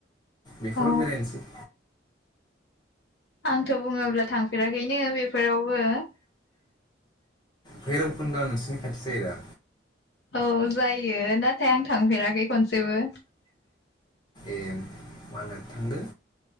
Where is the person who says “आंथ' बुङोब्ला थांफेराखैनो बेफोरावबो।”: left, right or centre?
Left